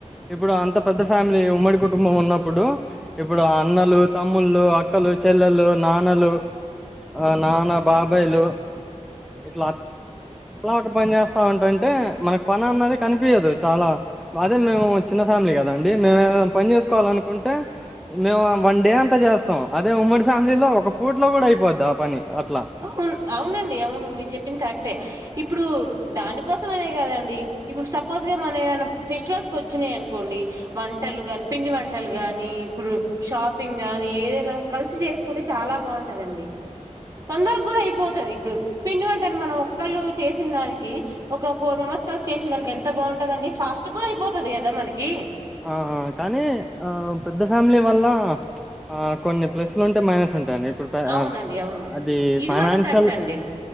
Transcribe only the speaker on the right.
అవును అవునండి అవును మీరు చెప్పిిన కరెక్టే. ఇప్పుడు దానికోసం అనే కదండి ఇప్పుడు సపోజ్గా మన ఏమైనా ఫెస్టివల్స్ వచ్చినయి అనుకోండి వంటలు ని పిండి వంటలు గాని ఇప్పుడు షాపింగ్ గాని ఏదైనా కలిసి చేసుకుంటే చాలా బాగుంటదండి. తొందరగ్ గుడా అయిపోతది ఇప్పుడు పిండి వంటలు మనం ఒక్కళ్ళు చేసిన దానికి ఒక ఫోర్ మెంబర్స్ కలిసి చేసిన దానికి ఎంత బాగుంటందండి ఫాస్ట్ కూడా అయిపోతది కదా మనకి
అవునండి అవును
ఇది
మాత్రం కరెక్ట్ అండి